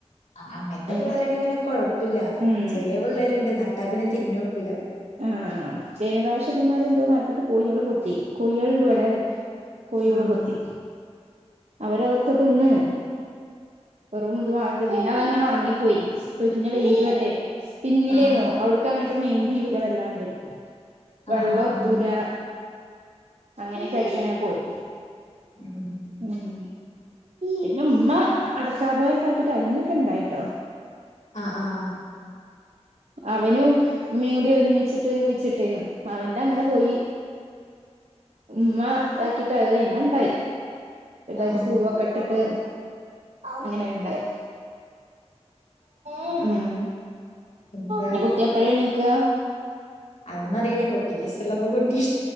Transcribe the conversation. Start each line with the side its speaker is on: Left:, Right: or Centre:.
Left: ആഹ് അങ്ങനത്തെ
Right: അയിനൊക്കെ
Left: പിള്ളേരാണെ പിന്നെ കൊഴപ്പമില്ല
Right: ഉം
Left: ചെലേ പിള്ളേരുണ്ട് നട്ടാ പിന്നെ തിരിഞ്ഞു നോക്കൂല
Right: ആഹ് കഴിഞ്ഞ പ്രാവശ്യം ഇതേ മാതിരി എന്തോ നട്ടിട്ട് കോയികള് കൊത്തി കോയികളുണ്ട് ഇവിടെ കോഴികള്
Left: ആഹ്
Right: കൊത്തി അവരതൊക്കെ തിന്ന് കൊറും ഇത് മാത്ത് പിന്നെ അതങ്ങനെ ഉണങ്ങിപ്പോയി പൊരിഞ്ഞ വെയിലുവല്ലേ പിന്നിലേന്നോ
Left: ആഹ്
Right: അവിടക്ക് അങ്ങോട്ട് മെയിന്റെ ചെയ്യൂല വല്ലാണ്ട്
Left: ആഹ്
Right: വെള്ളം
Left: ആഹ് ആഹ്
Right: ഒത്തൂല
Left: ആഹ്
Right: അങ്ങനെയൊക്കെ അഴിച്ച് അങ്ങനെ പോയി
Left: ഉം
Right: ഉം പിന്നുമ്മാ അടക്കാ പോയക്കെ ആക്കിട്ട് അയിമ്മേ ഒക്കെ ഉണ്ടായിട്ടോ
Left: ആഹ് ആഹ്
Right: അവനും മീൻകൂടി ഒരു ഒരുമിച്ചിട്ട് കുഴിച്ചിട്ടേനു അവന്റെ അങ്ങനെ പോയി ഉമ്മ ഇത് ആക്കിട്ട് അയ്മേ ണ്ടായി വലുതായിട്ട്
Left: ആഹ്
Right: പൂവൊക്കെ ഇട്ടിട്ട് അങ്ങനെ ഇണ്ടായി ഉം
Left: പിന്നെന്താ
Right: ഇനി കുട്ടിയെപ്പഴാ എണീക്കാ
Left: അതൊന്നും അറിയില്ല കുട്ടിക്ക് ഇസ്ടമുള്ളപ്പോ കുട്ടി